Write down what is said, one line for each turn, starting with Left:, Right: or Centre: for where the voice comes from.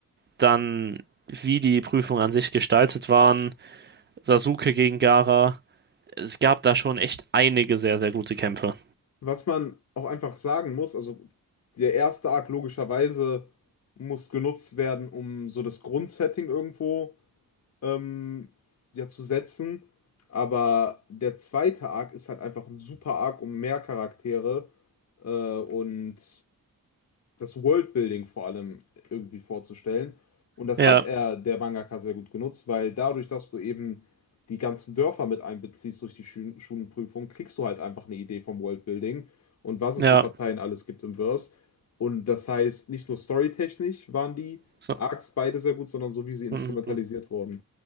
Right: dann, wie die Prüfungen an sich gestaltet waren. Sasuke gegen Gaara. Es gab da schon echt einige sehr, sehr gute Kämpfe.
Left: Was man auch einfach sagen muss, also der erste Arc logischerweise muss genutzt werden, um so das Grundsetting irgendwo ähm, ja zu setzen. Aber der zweite Arc ist halt einfach ein super Arc, um mehr Charaktere äh, und das Worldbuilding vor allem irgendwie vorzustellen. Und das
Right: Ja,
Left: hat er, der Mangaka, sehr gut genutzt, weil dadurch, dass du eben die ganzen Dörfer mit einbeziehst durch die Schu- Schulenprüfung, kriegst du halt einfach eine Idee vom Worldbuilding und was
Right: ja.
Left: es für Parteien alles gibt im Verse. Und das heißt, nicht nur storytechnisch waren die
Right: So,
Left: Arcs beide sehr gut, sondern so wie sie instrumentalisiert
Right: mm,
Left: wurden.